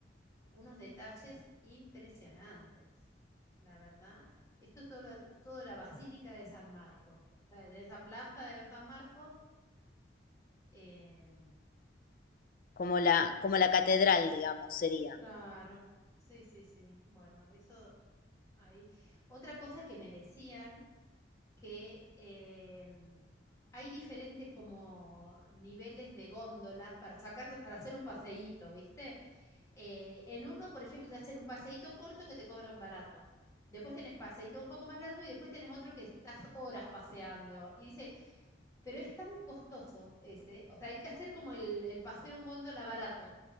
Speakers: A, on the left; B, on the left.
A: unos detalles impresionantes, la verdad. Esto es todo, lo- todo la Basílica de San Marcos, o sea, en esa plaza de San Marcos, eh,
B: como la, como la catedral, digamos, sería.
A: claro, sí, sí, sí, bueno, eso ahí. Otra cosa que me decían que eh, hay diferentes como niveles de góndolas para sacar, para hacer un paseíto, ¿viste? Eh, en uno, por ejemplo, te hacen un paseíto corto que te cobran barato. Después tenés paseíto un poco más largo y después tenés otro que estás horas paseando. Y dice, pero es tan costoso ese. O sea, hay que hacer como el, el paseo en góndola barato.